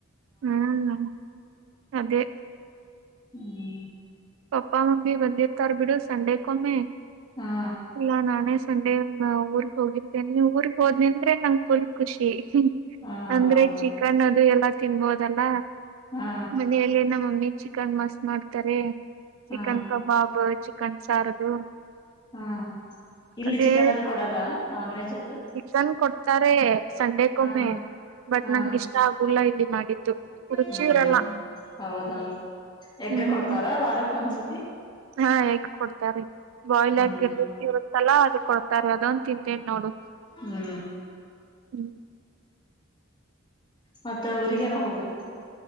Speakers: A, on the right (about 75°); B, on the left (about 25°).
A: ಹ್ಮ್ ಅದೇ
B: ಹ್ಮ್
A: ಪಪ್ಪಾ ಮಮ್ಮಿ ಬಂದಿರ್ತಾರ್ ಬಿಡು ಸಂಡೆಕ್ಕೊಮ್ಮೆ
B: ಹಾ
A: ಇಲ್ಲ ನಾನೇ ಸಂಡೆ ಊರ್ಗ್ ಹೋಗಿರ್ತೇನೆ ಊರಿಗ‌ ಹೋದ್ನೆ ಅಂದ್ರೆ ನಂಗ ಫುಲ್ ಖುಷಿ
B: ಹಾ
A: ಅಂದ್ರೆ
B: ಹೌದು
A: ಚಿಕನ್ ಅದು ಎಲ್ಲಾ ತಿನ್ಬೋದಲ್ಲ
B: ಹಾ
A: ಮನೆಯಲ್ಲಿ ನಮ್ಮಮ್ಮಿ ಚಿಕನ್ ಮಸ್ತ್ ಮಾಡ್ತಾರೆ ಚಿಕನ್
B: ಹಾ
A: ಕಬಾಬ್ ಚಿಕನ್ ಸಾರದು
B: ಹ್ಮ ಇಲ್ಲಿ
A: ಅದೇ
B: ಚಿಕನ್ ಅದು ಕೊಡಲ್ಲ ನಾನ್ ವೆಜ್ ಅದು
A: ಚಿಕನ್ ಕೊಡ್ತಾರೆ ಸಂಡೆಕ್ಕೊಮ್ಮೆ
B: ಹಾ
A: ಬಟ್
B: ಹಾ
A: ನಂಗ ಇಷ್ಟ ಆಗುಲ್ಲ ಇಲ್ಲಿ ಮಾಡಿದ್ ರುಚಿರಲ್ಲ
B: ಹ್ಮ್ ಹೌದೌದು ಎಗ್
A: ಹ್ಮ್
B: ಕೊಡ್ತಾರ ವಾರಕ್ ಒಂದ್ಸತಿ
A: ಹಾ ಹೇಗ್ ಕೊಡ್ತಾರೆ ಬಾಯ್ಲ್
B: ಹ್ಮ್
A: ಆಗ ಇರುತ್ತಲ್ಲಾ ಅದ ಕೊಡ್ತಾರೆ ಅದೊಂದ ತಿಂತಿನ್ ನೋಡು
B: ಹ್ಮ್
A: ಹ್ಮ್
B: ಮತ್ತ ಊರಿಗ್ಯವಾಗ ಹೋಗ್ಬೇಕ